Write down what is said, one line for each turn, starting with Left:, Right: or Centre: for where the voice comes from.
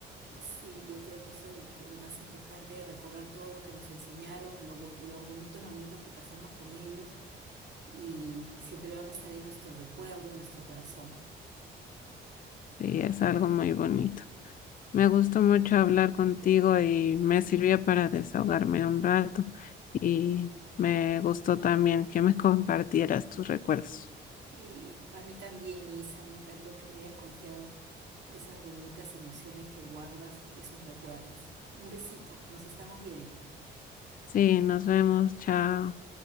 Right: Sí, yo creo que eso es lo que lo más importante, recordar todo lo que nos enseñaron, lo bo- los bonitos momentos que pasamos con ellos y siempre van a estar en nuestro recuerdo, en nuestro corazón.
Left: Y es algo muy bonito. Me gustó mucho hablar contigo y me sirvió para desahogarme un rato y me gustó también que me <laughs> compartieras tus recuerdos.
Right: Sí, para mí también, Isa, me encantó que me hayas confiado esas bonitas emociones que guardas y esos recuerdos. Un besito, nos estamos viendo.
Left: Sí, nos vemos, chao.